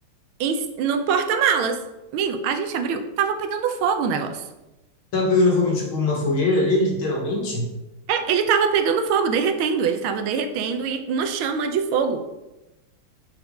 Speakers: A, on the right (about 80°); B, on the left (about 75°).
A: em- no porta-malas. Amigo, a gente abriu, tava pegando fogo o negócio.
B: Tava pegando fogo, tipo, uma fogueira ali, literalmente?
A: É, ele tava pegando fogo, derretendo, ele tava derretendo e uma chama de fogo.